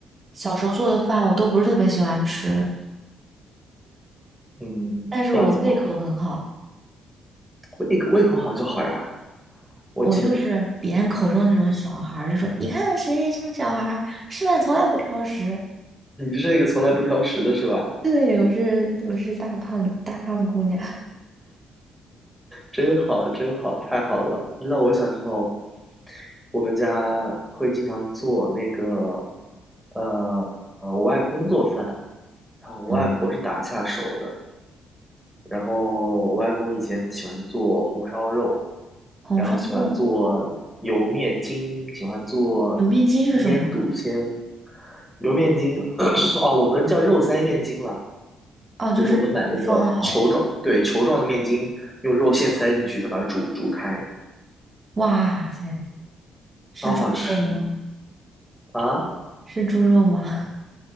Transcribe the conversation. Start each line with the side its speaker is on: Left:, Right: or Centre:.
Right: 小时候做的饭我都不是特别喜欢吃，
Centre: 嗯，
Right: 但是我胃口很好，
Centre: 这样子吗？胃口胃口好就好呀。我记得
Right: 我就是别人口中那种小孩儿，就说你看谁谁家小孩儿吃饭从来不挑食。
Centre: 你就是那个从来不挑食的是吧？
Right: 对，我是我是大胖大胖姑娘。<laughs>
Centre: 真好，真好，太好了。你知道我小时候，我们家会经常做那个，呃呃，我外公做饭，然后我外婆是打下手的。
Right: 嗯，
Centre: 然后我外公以前他喜欢做红烧肉，
Right: 红烧肉，
Centre: 然后喜欢做油面筋，喜欢做腌笃鲜。
Right: 油面筋是什么？
Centre: 油面筋，<clears throat> 哦，我们叫肉塞面筋了，
Right: 哦，就是肉放到，
Centre: 就是我们买那个球状，对，球状的面筋，用肉馅塞进去，再把它煮煮开，
Right: 哇塞，是猪肉吗？
Centre: 超好吃啊！
Right: 是猪肉吗？<laughs>